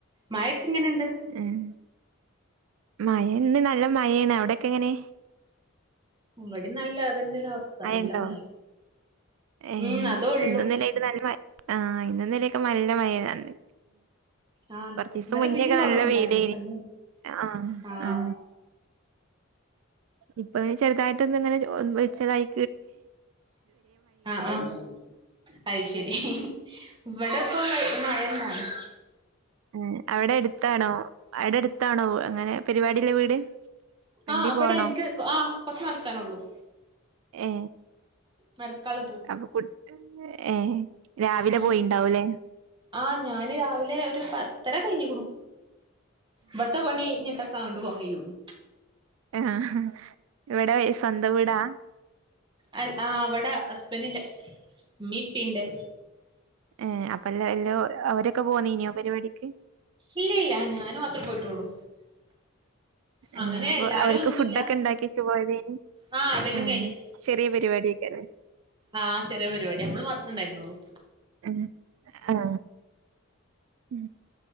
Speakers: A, on the right (about 25°); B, on the right (about 75°).
A: മയക്ക എങ്ങനെയണ്ട്
B: ഉം മഴന്ന് നല്ല മഴയാണ് അവിടെക്കെ എങ്ങനെ
A: ഇവിടെനല്ല മഴഅതന്നെയാണ് അവസ്ഥ
B: മഴയുണ്ടോ
A: നല്ല മഴ
B: ഏ
A: ഉം അത ഉള്ളൂ
B: ഇന്നും ഇന്നലെയായിട്ട് നല്ല ആഹ ഇന്നന്നിലൊക്കെ നല്ല മഴന്ന
A: ആഹ്
B: കൊറച്ച ദിവസം
A: ഇന്നലെ
B: മുന്നേൊക്കെ
A: പിന്നിം കൊറവുണ്ടായിരുന്നു
B: നല്ല വെയിൽ
A: പക്ഷെ ഇന്ന്
B: ആഹ
A: ആഹ്
B: ആഹ ഇപ്പൊ ഇെ ചെറുതായിട്ടൊന്ന ഇങ്ങനെ വെച്ചതായി
A: ആഹ ആഹ അത് ശരി ഇവിടെ ഇപ്പ മഴ എന്നാണ്
B: ഉം അവിടെ അടുത്താണോ അവിടെ അടുത്താണോ അങ്ങനെ പരിപാടില്ല വീട് വണ്ടി
A: ആഹ അവിടെ
B: പോണോ
A: എനിക്ക് ആഹ കൊച്ച് നടക്കാനുള്ളൂ
B: ഏ
A: നടക്കാള്ള
B: അപ്പൊ കു ഏ രാവിലെ
A: ഉ
B: പോയിണ്ടാവൂലേ
A: ആഹ ഞാന് രാവിലെ ഒരു പത്തര കഴിഞ്ഞിക്കണു ഇവിടുത്തെ പണ ഇഞ്ഞിട്ടൊക്കണ്ട് പോങ്ങയള്ളു
B: ആഹ ഇവിടെ സ്വന്തം വീടാ
A: അ ആഹ അവിടെ ഹസ്ബൻറിന്റെ മീപ്പിന്റെ
B: ഏ അപ്പ എല്ല എല്ലോ അവരൊക്കെ പോന്നിയോ പരിപാടിക്ക്
A: ഇല്ല ഇല്ല ഞാനും മാത്രേ പോയിട്ടുള്ളൂ
B: ഏ
A: അങ്ങനെ
B: അപ്പൊ
A: എല്ലാരും
B: അവർക്ക്
A: ഒന്നുല്ല
B: ഫുഡ ഒക്കെ ഉണ്ടാക്കിച്ച്പോയതന്
A: ആ അതെല്ലാം
B: ഉം ചെറിയ പരിപാടിക്കെറ
A: ആഹ ചെറിയ പരിപാടി നമ്മള് മാത്ര ഉണ്ടായിരുന്നുള്ളൂ
B: ഉ ആഹ ഉ